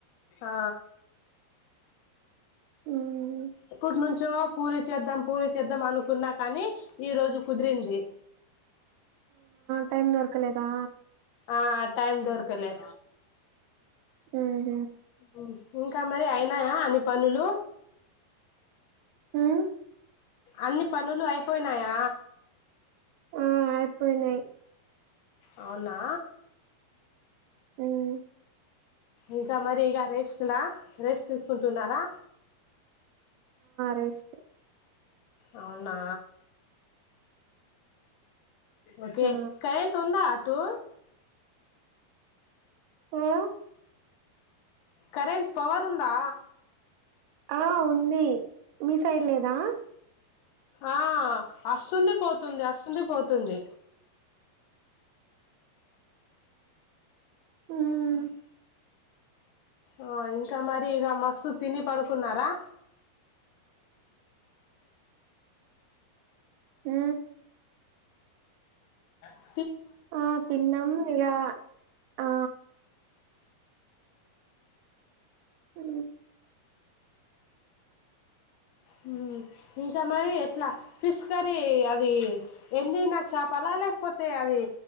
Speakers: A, on the left; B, on the right.
A: ఆ
B: మ్మ్
A: ఎప్పుటి నుంచో పూరి చేద్దాం పూరి చేద్దాం అనుకున్నా కాని ఈ రోజు కుదిరింది.
B: టైమ్ దొరకలేదా
A: ఆ టైమ్ దొరకలే
B: హ్మ్
A: ఉమ్ ఇంకా మరి అయినాయా అన్ని పనులు
B: మ్మ్
A: అన్ని పనులు అయిపోయినాయా
B: ఆ అయిపోయినాయ్
A: అవునా
B: హ్మ్
A: ఇంకా మరి ఇర రెస్ట్లా రెస్ట్ తీసుకుంటున్నారా
B: బోష్ట
A: అవునా ఓకే
B: ఆ
A: కరెంట్ ఉందా టూ
B: ఆ
A: కరెంట్ పవర్ ఉందా
B: ఆ ఉంది మీ సైడ్ లేదా
A: ఆ వస్తుంది పోతుంది వస్తుంది పోతుంది
B: మ్మ్
A: హ్మ్ ఆ ఇంకా మరి ఇక మస్తు తిని పడుకున్నారా
B: అ
A: ఆ
B: ఆ తిన్నాం ఇక ఆ హ
A: హ్మ్ ఇంకా మరి ఎట్లా ఫిష్ కర్రీ అది ఎండిన చాపల లేకపోతే అది